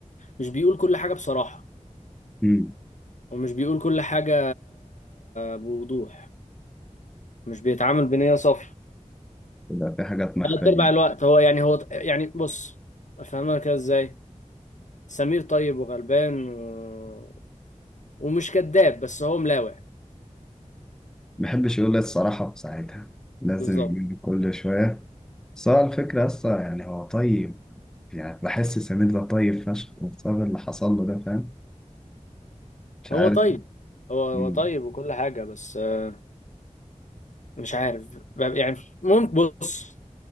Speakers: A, on the left; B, in the centre.
A: مش بيقول كل حاجه بصراحه
B: امم
A: ومش بيقول كل حاجة بوضوح مش بيتعامل بنية صافية
B: يبقى في حاجات مخفية
A: تلات أرباع الوقت هو يعني هو يعني بص أفهمها كده إزاي سمير طيب وغلبان و... ومش كذاب بس هو ملاوع
B: ما بيحبش يقول الصراحة في ساعتها لازم
A: بالظبط
B: كل شوية بس هو الفكرة أصلا يعني هو طيب يعني بحس سمير ده طيب فشخ وبسبب اللي حصل له ده فاهم مش
A: هو
B: عارف
A: طيب هو هو
B: مم.
A: طيب وكل حاجة بس آه، مش عارف ب- يعني ممكن بص